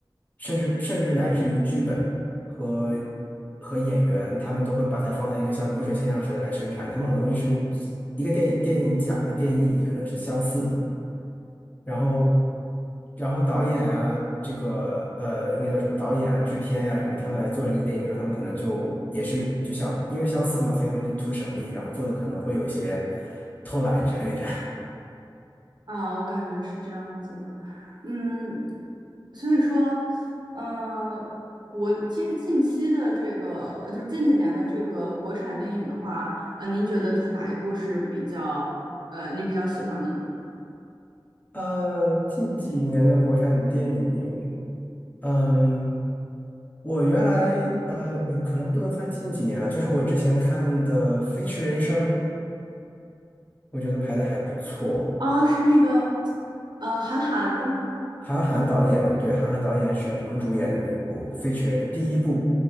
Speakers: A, on the left; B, on the right.
A: 甚至甚至乃至于剧本和和演员，他们都会把它放在一个像流水线上似的来生产。他们很多东西是一个电影电影甲和电影乙可能是相似的。然后，然后导演啊，这个呃，应该叫什么导演啊、制片呀什么，他们来做这个电影的时候，他们可能就也是就想，因为相似嘛，所以他们就图省力，然后做的可能会有一些 <laughs> 偷懒之类的。
B: 啊，我感觉是这样子的，嗯，所以说，呃，国其实近期的这个，呃就是近几年的这个国产电影的话，呃，您觉得就是哪一部是比较，呃，您比较喜欢的呢？
A: <laughs> 呃，近几年的国产电影，嗯，我原来呃，可能不能算近几年啊，就是我之前看的《飞驰人生》，我觉得拍的还不错。
B: 啊，是那个，呃，韩寒的吗？
A: 韩寒导演的，对，韩寒导演、沈腾主演的那部《飞驰人生》第一部，